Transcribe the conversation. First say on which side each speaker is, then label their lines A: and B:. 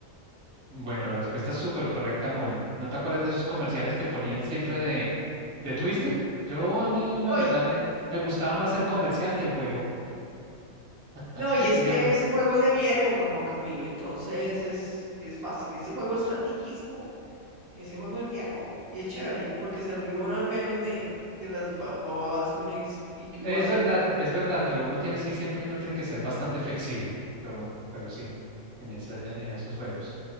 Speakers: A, on the right; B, on the right.
A: Bueno, la respuesta es súper correcta, Mone. ¿No te acuerdas de esos comerciales que ponían siempre de, de Twister? Yo a mí, la
B: ¡Ay!
A: verdad, me, me gustaba más ser comercial que el juego,
B: No,
A: <laughs>
B: y es
A: porque
B: que
A: a mí-
B: ese juego es de mi época, Juan Camilo, entonces es, es fácil. Ese juego es antiquísimo, ese juego es viejo y es chévere, porque se ríe uno al menos de, de las ba- babadas que uno dice y que uno
A: es
B: hace.
A: verdad, es verdad, pero uno tiene, sí siento que uno tiene que ser bastante flexible, pero, pero sí, en ese, en esos juegos.